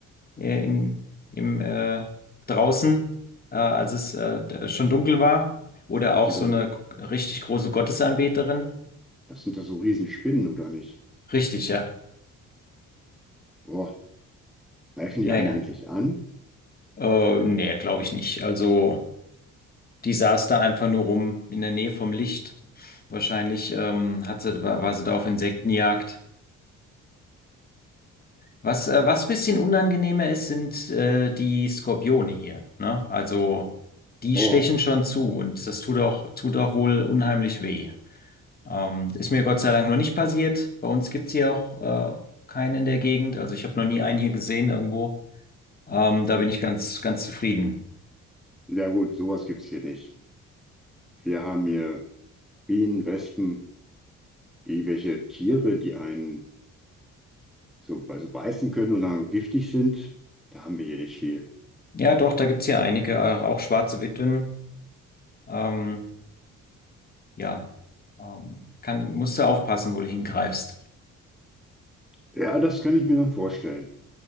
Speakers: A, on the left; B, in the centre.
A: äh, in, im, äh, draußen, äh, als es äh, d- schon dunkel war. Oder auch
B: sind
A: so
B: das,
A: eine richtig große Gottesanbeterin.
B: das sind doch so Riesenspinnen, oder nicht?
A: Richtig, ja.
B: Boah. Greifen
A: Ja,
B: die einen
A: ja.
B: eigentlich an?
A: Äh, nee, glaube ich nicht. Also, die saß da einfach nur rum in der Nähe vom Licht. Wahrscheinlich ähm, hat sie, war, war sie da auf Insektenjagd. Was, äh, was bisschen unangenehmer ist, sind äh, die Skorpione hier. Ne? Also, die
B: Oh,
A: stechen schon zu und das tut auch, tut auch wohl unheimlich weh. Ähm, ist mir Gott sei Dank noch nicht passiert. Bei uns gibt's hier auch äh, keinen in der Gegend. Also ich habe noch nie einen hier gesehen irgendwo. Ähm, da bin ich ganz, ganz zufrieden.
B: ja gut, sowas gibt's hier nicht. Wir haben hier Bienen, Wespen, irgendwelche Tiere, die einen so, also beißen können und dann giftig sind. Da haben wir hier nicht viel.
A: Ja, doch, da gibt's hier einige, auch, auch schwarze Witwen. Ähm, ja, ähm, kann, musst du aufpassen, wo du hingreifst.
B: Ja, das kann ich mir dann vorstellen.